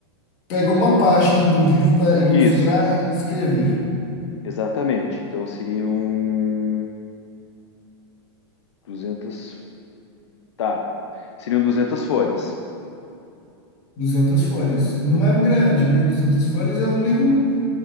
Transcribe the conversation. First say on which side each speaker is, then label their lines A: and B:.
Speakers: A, on the left; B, on the left.
A: pega uma página do livro para ilustrar
B: Isso,
A: e escrever.
B: exatamente. Então seriam 200, Tá, seriam 200 folhas.
A: duzentas folhas. Não é um grande, né? duzentas folhas é um livro